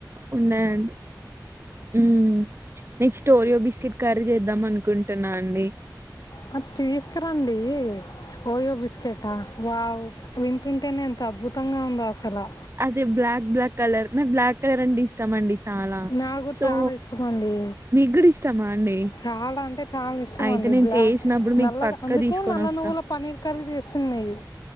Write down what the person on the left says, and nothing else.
నాక్ తీసుకురండి ఓరియో బిస్కెటా వావ్ వింటుంటేనే ఎంత అద్భుతంగ ఉందో అసల
నాకు కూడా
చాలా ఇష్టం అండి
చాలా అంటే చాలా ఇష్టం
అండి
బ్లాక్
నల్లగా
అందుకే
నల్ల
నువ్వుల పన్నీర్ కర్రీ చేస్తుంది ది